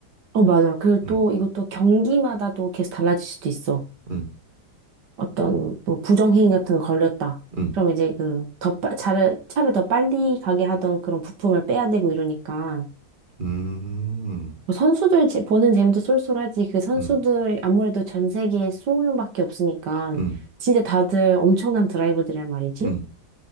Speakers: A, on the right; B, on the right.
A: 어, 맞아. 그리고
B: 음,
A: 또, 이것도 경기마다 또 계속 달라질 수도 있어.
B: 음,
A: 어떤 뭐 부정행위 같은 거 걸렸다.
B: 음,
A: 그럼 이제 그 더 빠, 차를, 차를 더 빨리 가게 하던 그런 부품을 빼야 되고 이러니까
B: 음,
A: 뭐 선수들 제- 보는 재미도 쏠쏠하지 그 선수들
B: 음,
A: 아무래도 전 세계에 2용명밖에 없으니까
B: 음,
A: 진짜 다들 엄청난 드라이버들이란 말이지.
B: 음,